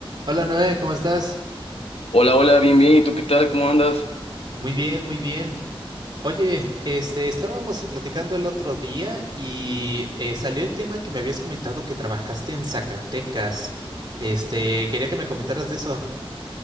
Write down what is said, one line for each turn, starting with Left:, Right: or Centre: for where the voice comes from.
Right: Hola Noé, ¿cómo estás?
Left: Hola, hola, bien, bien. ¿Y tú qué tal? ¿Cómo andas?
Right: Muy bien, muy bien. Oye, este, estábamos platicando el otro día y eh, salió el tema que me habías comentado que trabajaste en Zacatecas. Este, quería que me comentaras de eso.